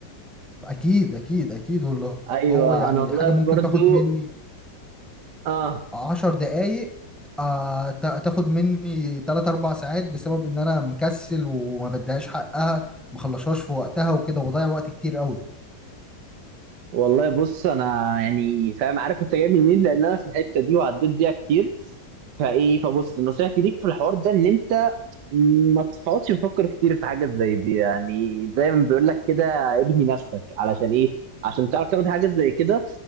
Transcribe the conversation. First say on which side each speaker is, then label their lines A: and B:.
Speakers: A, in the centre; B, on the right.
A: اكيد اكيد اكيد واللي
B: ايوه
A: هو يعني
B: انا والله
A: حاجه
B: برضو
A: ممكن تاخد مني
B: اه
A: عشر دقايق آه، تا- تاخد مني تلات أربع ساعات بسبب إن أنا مكسل وما بديهاش حقها مخلصهاش في وقتها وكده وبضيع وقت كتير قوي
B: والله بص انا يعني فاهم عارف انت جاي منين لان انا في الحته دي وعديت بيها كتير فايه فبص نصيحتي ليك في الحوار ده ان انت ما تقعدش تفكر كتير في حاجة زي دي يعني زي ما بيقول لك كده ارمي نفسك علشان ايه عشان تعرف تاخد حاجة زي كده